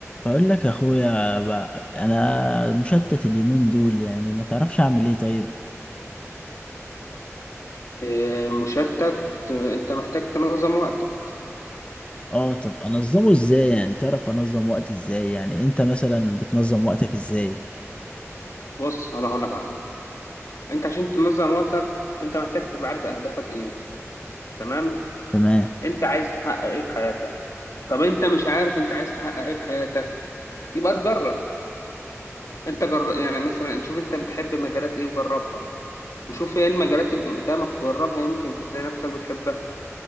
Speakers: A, on the left; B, on the left.
A: بقول لك يا اخويا بقى انا مشتت اليومين دول يعني ما تعرفش اعمل ايه طيب
B: آه، مشتت آه، انت محتاج تنظم وقتك
A: اه طب انظمه ازاي يعني تعرف انظم وقتي ازاي يعني انت مثلا بتنظم وقتك ازاي
B: بص انا هقول لك على حاجه انت عشان تنظم وقتك انت محتاج تبقى عارف اهدافك ايه تمام
A: تمام
B: انت عايز تحقق ايه في حياتك طب انت مش عارف انت عايز تحقق ايه في حياتك يبقى تجرب انت جر... يعني مثلا شوف انت بتحب مجالات ايه وجربها وشوف ايه المجالات اللي قدامك جربها يمكن تلاقي نفسك بتحبها